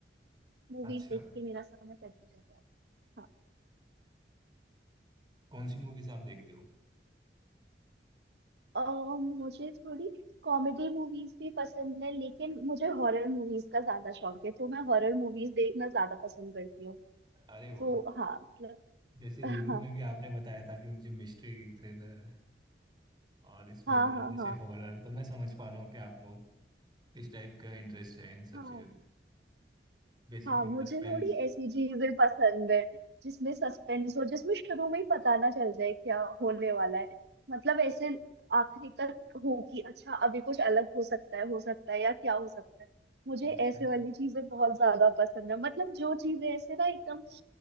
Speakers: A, on the right; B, on the right.
A: मूवीज
B: अच्छा
A: देख के मेरा समय कट ही जाता है हाँ
B: कौन सी मूवीज आप देखते हो
A: अ, मुझे थोड़ी कॉमेडी मूवीज भी पसंद है लेकिन मुझे हॉरर मूवीज का ज्यादा शौक है तो मैं हॉरर मूवीज देखना ज्यादा पसंद करती हूँ
B: अरे वाह
A: तो हाँ
B: जैसे
A: मतलब
B: रीडिंग में भी
A: <laughs>
B: आपने बताया था कि मुझे मिस्ट्री थ्रिलर और इसमें
A: हाँ
B: अगर
A: हाँ
B: जैसे
A: हाँ
B: हॉरर तो मैं समझ पा रहा हूँ कि आपको किस टाइप का इंटरेस्ट है इन सब
A: हाँ
B: चीज़ों में बेसिकली
A: हाँ मुझे
B: सस्पेंस
A: थोड़ी ऐसी चीजें पसंद है जिसमें सस्पेंस हो जिसमें शुरू में ही पता ना चल जाए क्या होने वाला है मतलब ऐसे आखिरी तक हो कि अच्छा अभी कुछ अलग हो सकता है हो सकता है या क्या हो सकता है मुझे
B: अच्छा
A: ऐसे
B: अच्छा
A: वाली चीजें बहुत ज्यादा पसंद है मतलब जो चीजें ऐसे ना एकदम